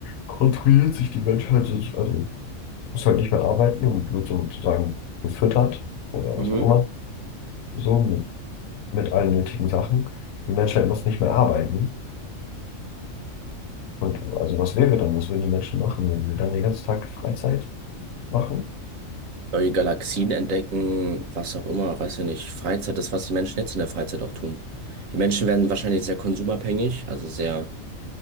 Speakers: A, on the left; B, on the right.
A: kontrolliert sich die Menschheit, so- also muss halt nicht mehr arbeiten und wird sozusagen gefüttert oder
B: mhm.
A: was auch immer, so mit allen nötigen Sachen. Die Menschheit muss nicht mehr arbeiten. Und also was wäre dann? Was würden die Menschen machen? Würden wir dann den ganzen Tag Freizeit machen?
B: neue Galaxien entdecken, was auch immer, weiß ja nicht. Freizeit, das, was die Menschen jetzt in der Freizeit auch tun. Die Menschen werden wahrscheinlich sehr konsumabhängig, also sehr,